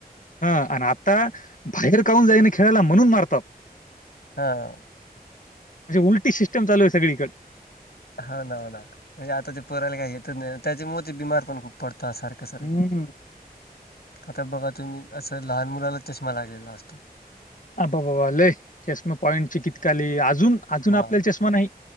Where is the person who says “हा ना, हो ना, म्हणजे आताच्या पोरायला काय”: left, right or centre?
Left